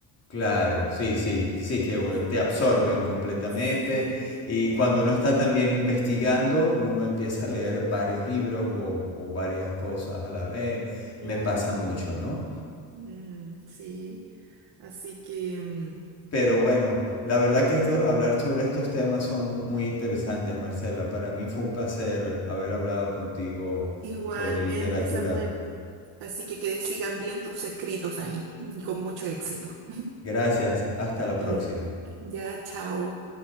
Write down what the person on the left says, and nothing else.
Claro, sí, sí, que sí, que u-
te absorben completamente
y cuando uno está también investigando, uno empieza a leer varios libros o, o varias cosas a la vez.
Me pasa mucho, ¿no?
Pero bueno, la verdad que esto, hablar sobre estos temas son muy interesantes, Marcela. Para mí fue
un placer haber hablado contigo
sobre literatura.
Gracias, hasta la
próxima.